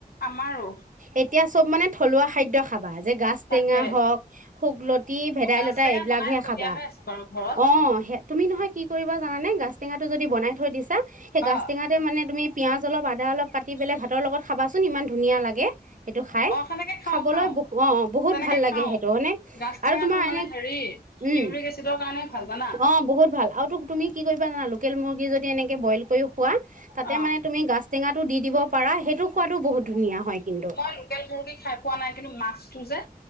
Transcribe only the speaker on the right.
এতি এতিয়া চব মানে থলুৱা খাদ্য খাবা। যে গাছ টেঙা
হওক শুগ্লত <inaudible> ভেদাইলতা
এইবিলাকহে
খাবা।
অ', সে তুমি নহয় <unintelligible> জানানে? গাজ টেঙাটো যদি বনাই থৈ দিছা সেই গাজ
টেঙাতে মানে তুমি পিয়াঁজ অলপ, আদা অলপ কাটি পেলাই ভাতৰ লগত খাবাচোন ইমান ধুনীয়া লাগে। সেইটো খায়।
খাবলৈ
বহু অ', অ'। বহুত
ভাল লাগে
সেইটো, হয়নে?
আৰু
তোমাৰ এনে
উম।
অ', বহুত ভাল। তুমি কি কৰিবা জানা? লোকেল মুৰ্গী যদি এনেকে বইল কৰি খোৱা, তাতে
মানে, তুমি গাছ টেঙাত টো দি দিব পাৰা, সেইটো সোৱাদো বহুত ধুনীয়া হয় কিন্তু